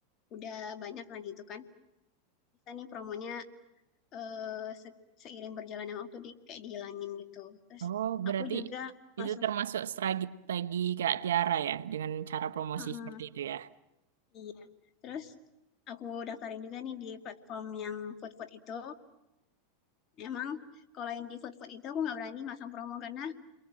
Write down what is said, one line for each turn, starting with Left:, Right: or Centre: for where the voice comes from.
Left: udah banyak lagi itu kan. Bisa nih promonya eh, se- seiring berjalannya waktu di kayak dihilangin gitu. Terus
Right: Oh, berarti
Left: aku juga masuk,
Right: itu termasuk strategi Kak Tiara ya, dengan cara promosi
Left: mm-mm,
Right: seperti itu ya.
Left: iya. Terus aku daftarin juga nih di platform yang food food itu. Emang kalau yang di food food itu aku nggak berani masang promo karena